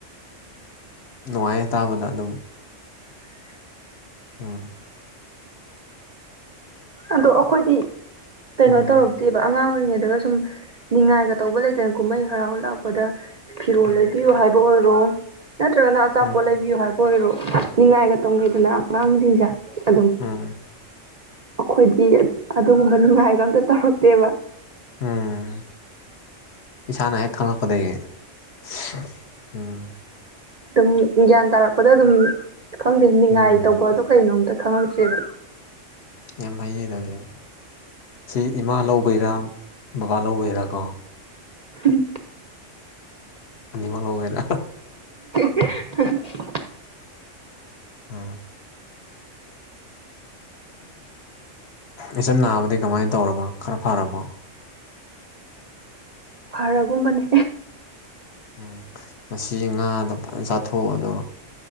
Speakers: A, on the left; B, on the right.
A: ꯅꯨꯡꯉꯥꯏ ꯇꯥꯕꯗ ꯑꯗꯨꯝ ꯎꯝ
B: ꯑꯗꯣ ꯑꯩꯈꯣꯏꯗꯤ ꯀꯩꯅꯣ
A: ꯎꯝ
B: ꯇꯧꯔꯕ ꯅꯠꯇꯦꯕ ꯑꯉꯥꯡ ꯑꯣꯏꯔꯤꯉꯩꯗꯒ ꯁꯨꯝ ꯉꯥꯏꯒ ꯇꯧꯕ ꯂꯩꯇꯅ ꯀꯨꯝꯍꯩ ꯍꯔꯥꯎ ꯂꯥꯛꯄꯗ ꯐꯤꯔꯣꯜ
A: ꯎꯝ
B: ꯂꯩꯕꯤꯌꯨ ꯍꯥꯏꯕ ꯑꯣꯏꯔꯣ ꯅꯠꯇ꯭ꯔꯒꯅ ꯑꯆꯥꯄꯣꯠ
A: ꯎꯝ
B: ꯂꯩꯕꯤꯌꯨ ꯍꯥꯏꯕ ꯑꯣꯏꯔꯣ ꯅꯤꯡꯉꯥꯏꯒ ꯇꯧꯅꯩꯗꯅ ꯑꯉꯥꯡꯁꯤꯡꯁꯦ ꯑꯗꯨꯝ
A: ꯎꯝ
B: ꯑꯩꯈꯣꯏꯗꯤ ꯑꯗꯨꯒꯨꯝꯕ ꯉꯥꯏꯕ ꯑꯝꯇ ꯇꯧꯔꯛꯇꯦꯕ
A: ꯎꯝ ꯏꯁꯥꯅ ꯍꯦꯛ ꯈꯪꯂꯛꯄꯗꯒꯤꯗꯒꯤ ꯎꯝ
B: ꯑꯗꯨꯝ ꯒ꯭ꯌꯥꯟ ꯇꯥꯔꯛꯄꯗ ꯑꯗꯨꯝ ꯈꯪꯗꯦ ꯅꯤꯡꯉꯥꯏ
A: ꯎꯝ
B: ꯇꯧꯕꯗꯣ ꯀꯩꯅꯣꯝꯇ ꯈꯪꯉꯛꯇ꯭ꯔꯦꯕ
A: ꯌꯥꯝ ꯍꯩꯌꯦ ꯑꯗꯨꯅꯦ ꯁꯤ ꯏꯃꯥ ꯂꯧꯕꯩꯔꯥ ꯕꯕꯥ ꯂꯧꯕꯩꯔꯥ ꯀꯣ
B: ꯎꯝ
A: ꯑꯅꯤꯃꯛ ꯂꯧꯋꯦꯅ
B: <unintelligible>
A: ꯎꯝ ꯏꯆꯝ ꯅꯥꯕꯗꯤ ꯀꯃꯥꯏꯅ ꯇꯧꯔꯕ ꯈꯔ ꯐꯔꯕ
B: ꯐꯔꯒꯨꯝꯕꯅꯦ
A: ꯎꯝ ꯃꯁꯤ ꯉꯥꯗꯣ ꯐꯖꯅ ꯆꯥꯊꯣꯛꯑꯣ ꯑꯗꯨꯒ